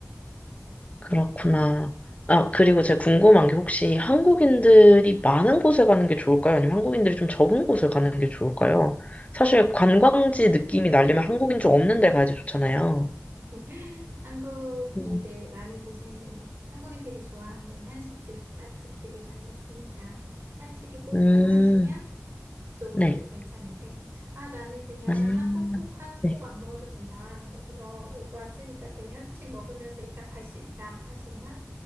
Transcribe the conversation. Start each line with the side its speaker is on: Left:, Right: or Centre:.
Left: 그렇구나. 아, 그리고 제가 궁금한 게 혹시 한국인들이 많은 곳에 가는 게 좋을까요? 아니면 한국인들이 좀 적은 곳에 가는 게 좋을까요? 사실 관광지 느낌이 나려면 한국인 좀 없는 데 가야지 좋잖아요.
Right: <laughs> 한국인들
Left: 음,
Right: 많은 곳에는 한국인들이 좋아하는 한식집 맛집들이 많이 있으니까 한식이 꼭
Left: 음,
Right: 필요하시면 그쪽으로도
Left: 네.
Right: 괜찮은데 아 나는 그냥
Left: 아,
Right: 한국 꼭 한식
Left: 네.
Right: 꼭 안 먹어도 된다. 여기서 오- 왔으니까 그냥 현지식 먹으면서 이따 갈 수 있다 하시면